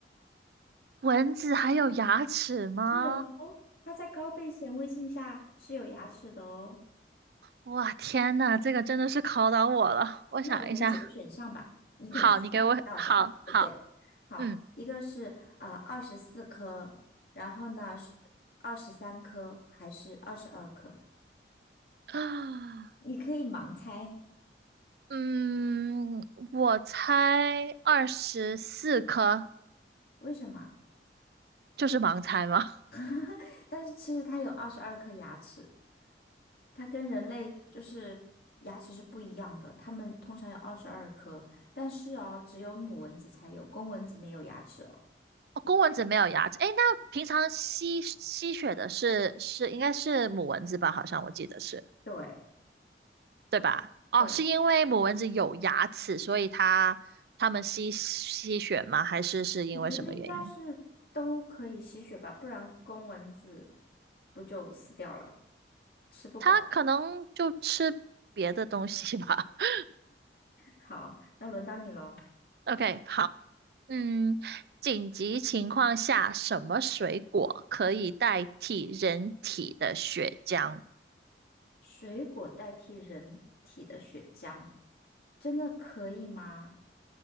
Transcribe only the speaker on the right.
蚊子还有牙齿吗？
哇，天呐，这个真的是考倒我了。我想一下，
好，你给我，好好，
嗯，
啊，
嗯，我猜二十四颗，
就是盲猜吗？
哦，公蚊子没有牙齿，诶，那平常吸吸血的是是应该是母蚊子吧？好像我记得是。
对吧？哦，
是因为母蚊子有牙齿，所以它它们吸吸血吗？还是是因为什么原因？
它可能就吃别的东西吧。<laughs>
OK，好，嗯，紧急情况下，什么水果可以代替人体的血浆？